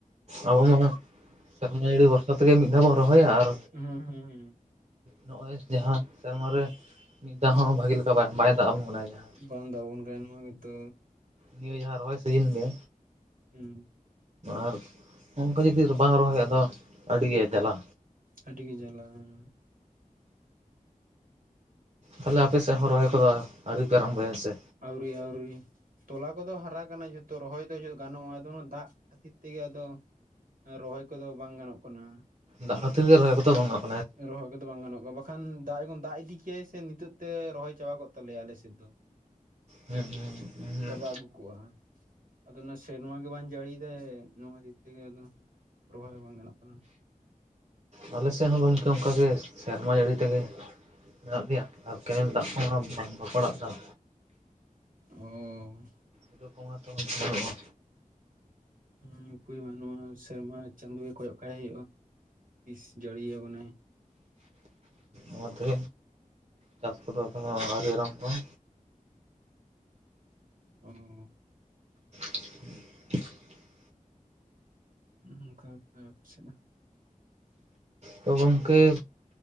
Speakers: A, on the right (about 50°); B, on the right (about 80°).
A: ᱟᱵᱚ ᱢᱟ ᱥᱮᱨᱢᱟ ᱡᱟᱹᱲᱤ ᱵᱷᱚᱨᱥᱟ ᱛᱮᱜᱮ ᱢᱤᱫ ᱫᱷᱟᱣ ᱵᱚᱱ ᱨᱚᱦᱚᱭᱟ, ᱟᱨ
B: ᱦᱩᱸ ᱦᱩᱸ ᱦᱩᱸ
A: ᱱᱚᱜᱼᱚᱭ ᱡᱟᱦᱟᱸ ᱥᱮᱨᱢᱟᱨᱮ ᱢᱤᱫ ᱫᱷᱟᱣ ᱦᱚᱸ ᱵᱷᱟᱜᱤ ᱞᱮᱠᱟ ᱵᱟᱭ ᱫᱟᱽᱜ ᱵᱚᱱ ᱠᱟᱱᱟ ᱡᱟᱦᱟᱸ
B: ᱵᱟᱝ ᱫᱟᱵᱚᱱ ᱠᱟᱱᱟᱭ ᱱᱚᱣᱟ ᱜᱮᱛᱚ,
A: ᱱᱤᱭᱟᱹ ᱡᱟᱦᱟᱸ ᱨᱚᱦᱚᱭ ᱥᱤᱡᱤᱱ ᱜᱮ᱾
B: ᱦᱮᱸ,
A: ᱟᱨ ᱚᱱᱠᱟ ᱡᱩᱫᱤ ᱨᱟᱵᱟᱝ ᱨᱚᱦᱚᱭ ᱫᱚ ᱟᱹᱰᱤᱜᱮ ᱫᱮᱞᱟ,
B: ᱟᱹᱰᱤ ᱜᱮ ᱡᱟᱞᱟ ᱦᱮᱸ᱾
A: ᱛᱟᱦᱚᱞᱮ ᱟᱯᱮ ᱥᱮᱜ ᱦᱚᱸ ᱨᱚᱦᱚᱭ ᱠᱚᱫᱚ ᱟᱹᱣᱨᱤ ᱯᱮ ᱟᱨᱚᱢᱵᱚᱭᱟ ᱥᱮ,
B: ᱟᱹᱣᱨᱤ ᱟᱹᱣᱨᱤ᱾ ᱛᱚᱞᱟ ᱠᱚᱫᱚ ᱦᱟᱨᱟ ᱠᱟᱱᱟ ᱡᱚᱛᱚ ᱨᱚᱦᱚᱭ ᱫᱚ ᱜᱟᱱᱚᱜᱼᱟ ᱟᱫᱚ ᱚᱱᱟ ᱫᱟᱜᱽ ᱠᱷᱟᱛᱤᱨ ᱛᱮᱜᱮ ᱟᱫᱚ, ᱨᱚᱦᱚᱭ ᱠᱚᱫᱚ ᱵᱟᱝ ᱜᱟᱱᱚᱜ ᱠᱟᱱᱟ᱾
A: ᱫᱟᱜᱽ ᱠᱷᱟᱹᱛᱤᱨ ᱜᱮ ᱨᱚᱦᱚᱭ ᱠᱚᱫᱚ ᱵᱟᱝᱟᱱᱚᱜ,
B: ᱨᱚᱦᱚᱭ, ᱚ ᱫᱚ ᱵᱟᱝ ᱜᱟᱱᱚᱜᱼᱟ ᱵᱟᱠᱷᱟᱱ ᱫᱟᱜᱽ ᱡᱚᱠᱷᱚᱱ ᱫᱟᱜᱽ ᱤᱫᱤ ᱠᱮᱟᱭ ᱥᱮ ᱱᱤᱛᱚᱜ ᱛᱮ ᱨᱚᱦᱚᱭ ᱪᱟᱵᱟ ᱠᱚᱜ ᱛᱟᱞᱮᱭᱟ ᱟᱞᱮᱥᱮᱫ ᱫᱚ᱾
A: ᱦᱮᱸ ᱦᱮᱸ ᱦᱮᱸ ᱦᱮᱸ᱾
B: ᱪᱟᱵᱟ ᱟᱹᱜᱩ ᱠᱚᱜᱼᱟ ᱟᱫᱚ ᱚᱱᱟ ᱥᱮᱨᱢᱟ ᱜᱮ ᱵᱟᱝ ᱡᱟᱹᱲᱤᱭ ᱫᱟᱭ ᱱᱚᱣᱟᱛᱤᱨ ᱛᱮᱜᱮ ᱟᱫᱚ, ᱨᱚᱦᱚᱭ ᱦᱚᱸ ᱵᱟᱝ ᱜᱟᱱᱚᱜ ᱠᱟᱱᱟ᱾
A: ᱟᱞᱮ ᱥᱮ ᱦᱚᱸ ᱜᱚᱝᱠᱮ ᱚᱱᱠᱟᱜᱮ ᱥᱮᱨᱢᱟ ᱡᱟᱹᱲᱤ ᱛᱮᱜᱮ, ᱢᱮᱱᱟᱜ ᱞᱮᱭᱟ ᱟᱨ ᱠᱮᱱᱮᱞ ᱫᱟᱜᱽ ᱠᱚᱦᱚᱸ ᱵᱟᱝ ᱵᱟᱠᱚ ᱟᱲᱟᱜᱠᱟᱱ᱾
B: ᱦᱩᱸ ᱩᱸ
A: ᱩᱯᱟᱹᱭ ᱠᱚᱢᱟ ᱦᱚᱛᱚ ᱢᱟ ᱵᱟᱹᱱᱩᱜᱼᱟ᱾
B: ᱦᱮᱸ ᱩᱯᱟᱹᱭ ᱵᱟᱹᱱᱩᱜ ᱟ ᱥᱮᱨᱢᱟ ᱪᱟᱸᱫᱳ ᱜᱮ ᱠᱚᱭᱚᱜ ᱠᱟᱜ ᱦᱩᱭᱩᱜᱼᱟ ᱛᱤᱥ ᱡᱟᱹᱲᱤᱭᱟ ᱟᱵᱚᱱᱟᱭ᱾
A: ᱚᱱᱟᱛᱮ ᱪᱟᱥ ᱠᱚᱫᱚ ᱮᱠᱷᱚᱱᱚ ᱟᱹᱣᱨᱤ ᱟᱨᱟᱢᱵᱚᱜᱼᱟ᱾
B: ᱩᱸᱻ
A: <inaudible>
B: ᱦᱩᱸ ᱚᱱᱠᱟ ᱯᱟᱪᱷᱹᱮᱱᱟ᱾
A: ᱛᱚ ᱜᱚᱝᱠᱮ